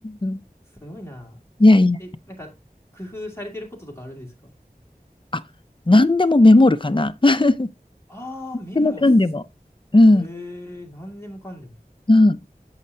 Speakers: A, on the left (about 30°); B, on the left (about 15°).
A: ん。
B: すごいな。
A: いやいや。
B: え、なんか、工夫されてることとかあるんですか
A: あ、何でもメモるかな。<laughs> 何
B: ああー、メモす、
A: でもかんでも。うん。
B: ええ何でもかんでも。
A: うん。